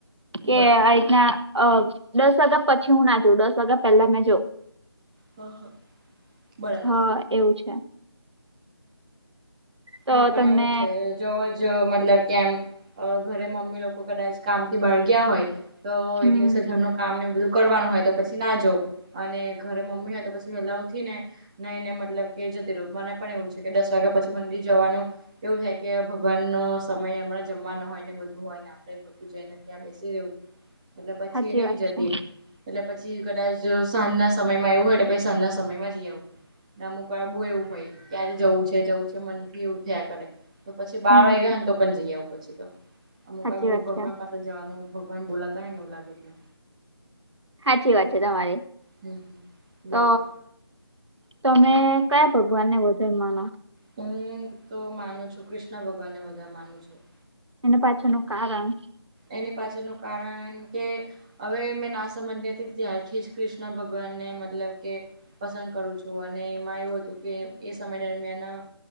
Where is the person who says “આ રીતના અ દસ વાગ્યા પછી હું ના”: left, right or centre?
Right